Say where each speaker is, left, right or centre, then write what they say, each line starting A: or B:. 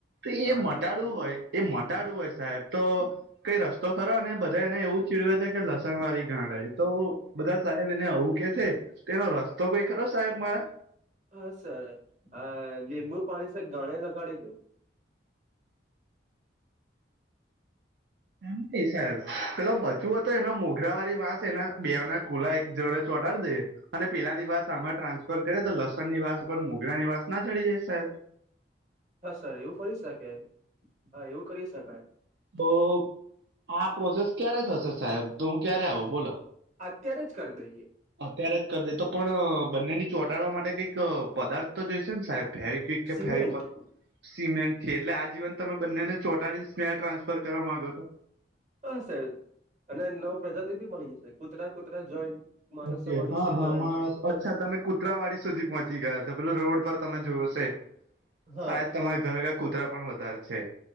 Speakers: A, on the right (about 70°); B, on the right (about 40°).
A: એ
B: ગાર્લિક
A: મન હોય, એ મટાડું હોય સાહેબ તો કઈ રસ્તો ખરો ને બધા એને એવુ ચીડવા છે. કે લસણ મારી ઘાઈ તો બધા સાહેબ એને આવવું કે છે. એનો રસ્તો કઈ ખરો સાહેબ મારા
B: હા, સર લીંબુ પાણી સર ગાણે લગાડી દો
A: એમ નહી, સાહેબ પેલો બચવ હતો એનો મોઘરા વાળી વાંસ એના બે ના કુલા એક જોડે ચોટાડી દઈએ અને પેલાની વાત આમાં ટ્રાન્સફર કરે તો લસણ ની વાસ ઉપર મોગરા ની વાસ ના ચડી જાય સાહેબ
B: હા, સર એવું કરી શકે હા એવું કરી શકાય
A: તો આ પ્રોસેસ ક્યારે થશે સાહેબ તો હું ક્યારે આવું બોલો
B: અત્યારે જ કરી દઈએ
A: અત્યારે જ કરી દે તો પણ બંનેની ચોટાડવા માટે કંઈક પદાર્થો જોઈશે ને સાહેબ ફેવિકિક કે
B: સિમેન્ટ
A: ફેવિક સિમેન્ટ એટલે આ જીવન તમે બંનેને ચોટાળ મેલ ટ્રાન્સફર કરવા માંગો છ.
B: હશે અને નવ પ્રજાતિ બી મળી જશે કૂતરા કૂતરા જોઈન માણસો
A: ઓકે
B: મનુષ્ય
A: હા હા
B: જોઈન
A: મા અચ્છા તમે કુતરાવાડી સુધી પહોંચી ગયા છો પેલો રોડ પર તમે જોશે
B: હા
A: સાાયદ
B: સર
A: તમારા ઘરે ઘર કૂતરા પણ વધારે છે.